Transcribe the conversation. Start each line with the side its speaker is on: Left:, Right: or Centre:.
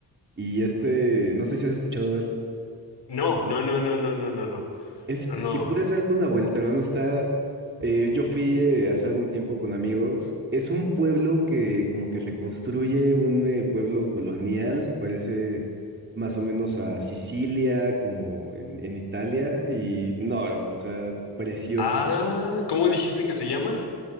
Right: Y este, no sé si has escuchado de él.
Left: No, no, no, no, no, no, no, no,
Right: Es,
Left: no, no.
Right: si puedes darte una vuelta, hermano, está... eh, yo fui eh, hace algún tiempo con amigos. Es un pueblo que como que reconstruye un eh, pueblo colonial, se parece más o menos a Sicilia, como en, en Italia. Y no, hermano, o sea, precioso.
Left: Ah, ¿cómo dijiste que se llama?